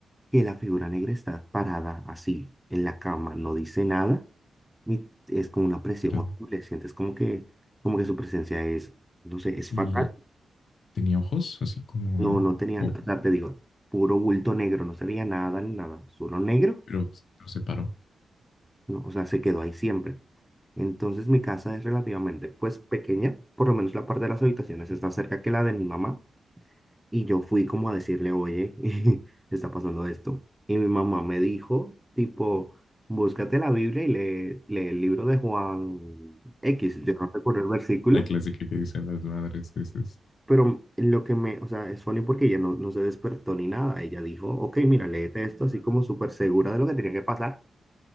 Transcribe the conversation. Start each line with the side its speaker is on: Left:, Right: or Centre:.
Centre: que la figura negra está parada así en la cama, no dice nada y es como una presión
Left: espérate.
Centre: horrible. Sientes como que, como que su presencia es, no sé, es
Left: Y
Centre: fatal.
Left: tenía ojos, así como
Centre: No, no tenía,
Left: ojo,
Centre: o sea, te digo, puro bulto negro, no se veía nada ni nada, solo negro.
Left: pero pues, no se paró.
Centre: No, o sea, se quedó ahí siempre. Entonces mi casa es relativamente pues pequeña, por lo menos la parte de las habitaciones está cerca que la de mi mamá y yo fui como a decirle, oye, <laughs> está pasando esto. Y mi mamá me dijo, tipo, búscate la Biblia y lee, lee el libro de Juan X. Yo no recuerdo el versículo,
Left: La clásica que dicen las madres es, es
Centre: pero lo que me, o sea, es funny porque ella no, no se despertó ni nada. Ella dijo, ok, mira, léete esto así como súper segura de lo que tenía que pasar.